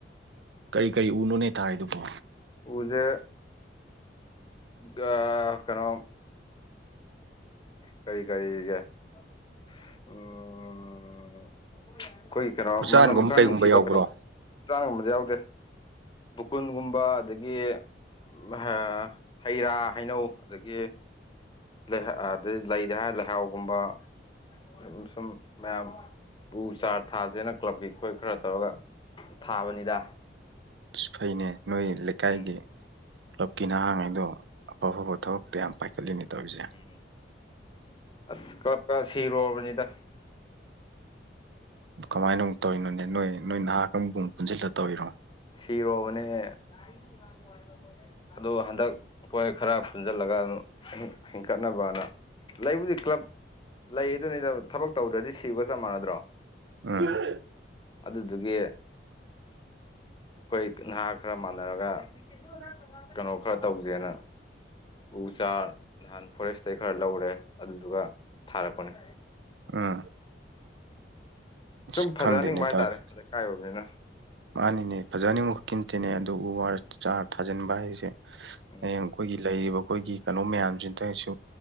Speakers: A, on the right; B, on the left.
A: ꯀꯔꯤ ꯀꯔꯤ ꯎꯅꯣꯅꯦ ꯊꯥꯔꯤꯗꯨꯕꯣ
B: ꯎꯖꯦ ꯒꯥ ꯀꯩꯅꯣ ꯀꯔꯤ ꯀꯔꯤ ꯑꯒꯦ <unintelligible> ꯎꯝ <unintelligible> ꯑꯈꯣꯏꯒꯤ ꯀꯩꯅꯣ
A: ꯎꯆꯥꯟꯒꯨꯝꯕ
B: ꯃꯅꯝ ꯈꯔ
A: ꯀꯩꯒꯨꯝꯕ
B: ꯅꯨꯡꯁꯤꯕ
A: ꯌꯥꯎꯕ꯭ꯔꯣ
B: ꯀꯩꯅꯣ ꯎꯆꯥꯟꯒꯨꯝꯕꯗꯤ ꯌꯥꯎꯗꯦ ꯗꯨꯀꯨꯟꯒꯨꯝꯕ ꯑꯗꯒꯤ ꯑꯝꯍꯥ ꯍꯩ ꯔꯥ ꯍꯩꯅꯧ ꯑꯗꯒꯤ ꯂꯩꯍ ꯑꯥꯗꯩ ꯂꯩꯗ ꯍꯥꯏꯔ ꯂꯩꯍꯥꯎꯒꯨꯝꯕ ꯎꯝ ꯍꯨꯝ ꯁꯨꯝ ꯃꯌꯥꯝ ꯎ ꯆꯥꯔ ꯊꯥꯁꯦꯅ ꯀ꯭ꯂꯕꯀꯤ ꯑꯈꯣꯏ ꯈꯔ ꯇꯧꯔꯒ ꯊꯥꯕꯅꯤꯗ
A: ꯑꯁ ꯐꯩꯅꯦ ꯅꯣꯏ ꯂꯩꯀꯥꯏꯗꯤ
B: ꯎꯝ
A: ꯀ꯭ꯂꯕꯀꯤ ꯅꯍꯥꯉꯩꯗꯣ ꯑꯐ ꯑꯐꯕ ꯊꯕꯛꯇ ꯌꯥꯝ ꯄꯥꯏꯈꯠꯂꯤꯅꯦ ꯇꯧꯔꯤꯁꯦ
B: <unintelligible> ꯑꯁ ꯀ꯭ꯂꯕꯀ ꯁꯤꯔꯣꯕꯅꯤꯗ
A: ꯀꯃꯥꯏꯅ ꯑꯃꯨꯛ ꯇꯧꯔꯤꯅꯣꯅꯦ ꯅꯣꯏ ꯅꯣꯏ ꯅꯍꯥ ꯀꯥꯡꯕꯨ ꯄꯨꯟꯖꯜꯂ ꯇꯧꯔꯤꯔꯣ
B: ꯁꯤꯔꯣꯕꯅꯦ <unintelligible> <unintelligible> ꯑꯗꯨ ꯍꯟꯗꯛ ꯑꯈꯣꯏ ꯈꯔ ꯄꯨꯟꯖꯜꯂꯒ <unintelligible> ꯑꯃꯨꯛ ꯍꯤꯡꯀꯠꯅꯕꯅ ꯂꯩꯕꯨꯗꯤ ꯀ꯭ꯂꯕ ꯂꯩ ꯑꯗꯨꯅꯤꯗ ꯊꯕꯛ ꯇꯧꯗ꯭ꯔꯗꯤ ꯁꯤꯕꯒ ꯆꯞ ꯃꯥꯟꯅꯗ꯭ꯔꯣ
A: ꯑꯥ <unintelligible>
B: ꯑꯗꯨꯗꯨꯒꯤ ꯑꯈꯣꯏ ꯅꯍꯥ ꯈꯔ ꯃꯥꯟꯅꯔꯒ
A: <unintelligible>
B: <unintelligible> ꯀꯩꯅꯣ ꯈꯔ ꯇꯧꯖꯦꯅ ꯎ ꯆꯥꯔ ꯅꯍꯥꯟ ꯐꯣꯔꯦꯁꯇꯩ ꯈꯔ ꯂꯧꯔꯦ ꯑꯗꯨꯗꯨꯒ ꯊꯥꯔꯛꯄꯅꯦ
A: ꯎꯝ ꯑꯁ
B: ꯁꯨꯝ ꯐꯖꯍꯟꯅꯤꯡꯕ
A: ꯈꯪꯗꯦꯅꯦ
B: ꯍꯥꯏꯇꯥꯔꯦ
A: ꯇꯧꯔꯤ
B: ꯂꯩꯀꯥꯏ ꯑꯣꯏꯕꯅꯤꯅ
A: ꯃꯥꯅꯤꯅꯦ ꯐꯖꯍꯟꯅꯤꯡꯕ ꯈꯛꯀꯤ ꯅꯠꯇꯦꯅꯦ ꯑꯗꯨ ꯎ ꯋꯥꯔ ꯆꯥꯔ ꯊꯥꯖꯤꯟꯕ ꯍꯥꯏꯁꯦ <unintelligible>
B: ꯎꯝ
A: ꯍꯌꯦꯡ ꯑꯈꯣꯏꯒꯤ ꯂꯩꯔꯤꯕ ꯑꯈꯣꯏꯒꯤ ꯀꯩꯅꯣ ꯃꯌꯥꯝꯖꯤꯗꯁꯨ